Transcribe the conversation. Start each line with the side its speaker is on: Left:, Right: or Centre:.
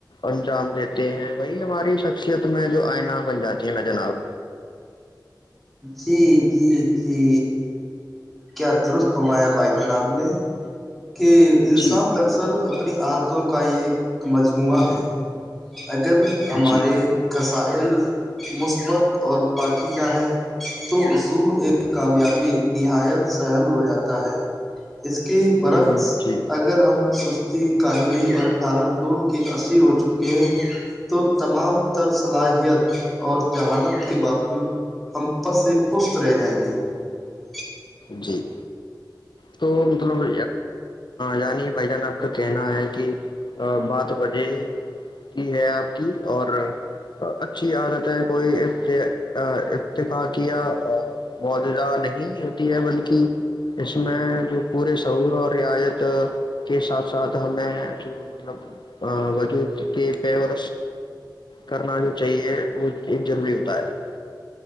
Left: انجام دیتے ہیں وہی ہماری <unintelligible> شخصیت میں جو آئینہ بن جاتی ہے نا جناب
Centre: جی جی جی کیا درست ہوایا بھائی جان آپ نے کہ انسان
Left: جی
Centre: دراصل اپنی عادتوں کا یہ ایک مجموعہ ہے اگر
Left: جی
Centre: ہمارے قسائل <unintelligible> مثبت اور پاکی کیا ہے <unintelligible> تو اصول ایک کامیابی نہایت سہل ہو جاتا ہے <unintelligible> اس کی برکس
Left: ہوں جی
Centre: اگر ہم س <unintelligible> کاہلی اور ٹھالم ٹول کے اثیر ہو چکے ہیں تو تمام تر صلاحیت اور جہانت کے باوجود <unintelligible> ہم پس ہی پست رہ جائیں گے <unintelligible>
Left: جی تو <unintelligible> مطلب یعنی بھائی جان آپ کا کہنا ہے کہ بات وجہ کی ہے آپ کی اور اچھی عادت ہے کوئی افتفاق مجودہ نہیں <unintelligible> تی ہے بلکہ اس میں جو پورے سعور اور رعایت کے ساتھ ساتھ ہمیں جو مطلب وجود کے پیور کرنا جو چاہیے وہ ایک ضروری ہوتا ہے <unintelligible>